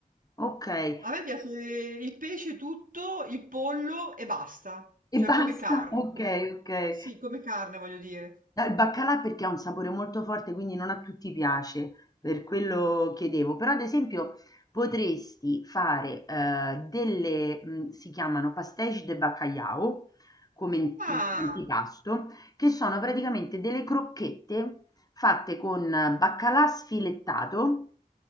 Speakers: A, on the left; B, on the right.
A: Okay.
B: a me piace il pesce tutto, il pollo e basta. Cioè
A: E basta?
B: come carne,
A: <laughs> Okay,
B: come...
A: okay.
B: Sì, come carne voglio dire.
A: No, il baccalà perché ha un sapore molto forte, quindi non a tutti piace, per quello chiedevo. Però ad esempio potresti fare, ehm, delle mhmm, si chiamano pastéis de bacalhau, come in
B: Ah,
A: mhmm, antipasto, che sono praticamente delle crocchette fatte con eh, baccalà sfilettato